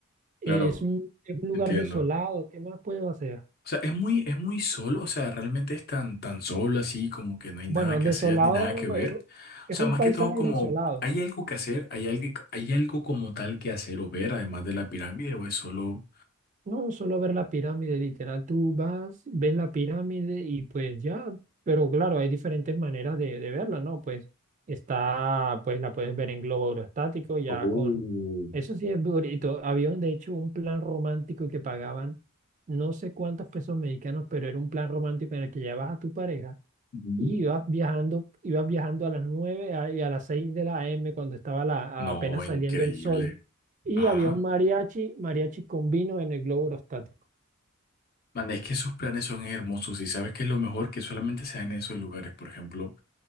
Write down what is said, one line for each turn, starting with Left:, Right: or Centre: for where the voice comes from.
Right: Es
Left: Claro,
Right: un, es un lugar
Left: entiendo.
Right: desolado, ¿qué más puedo hacer?
Left: O sea, es muy, es muy solo, o sea, realmente es tan, tan solo así, como que no hay
Right: Bueno,
Left: nada que
Right: desolado
Left: hacer ni nada que ver.
Right: es
Left: O
Right: es,
Left: sea,
Right: un
Left: más
Right: paisaje
Left: que todo como,
Right: desolado.
Left: ¿hay algo que hacer? ¿Hay algo, hay algo como tal que hacer o ver, además de la pirámide, o es solo...
Right: No, solo ver la pirámide, literal, tú vas, ves la pirámide y pues ya, pero claro, hay diferentes maneras de, de verla, ¿no? Pues está, pues la puedes ver en globo aerostático, ya
Left: Oh.
Right: con, eso sí es bonito, había de hecho un plan romántico que pagaban no sé cuántos pesos mexicanos, pero era un plan romántico en el que llevabas a tu pareja
Left: Ujú.
Right: y ibas viajando, ibas viajando a las 9 a- y a las 6 de la AM cuando estaba la,
Left: No,
Right: a- apenas
Left: increíble.
Right: saliendo el sol y
Left: Ajá.
Right: había un mariachi, mariachi con vino en el globo aerostático.
Left: Manda, es que esos planes son hermosos y sabes que es lo mejor que solamente se dan en esos lugares. Por ejemplo,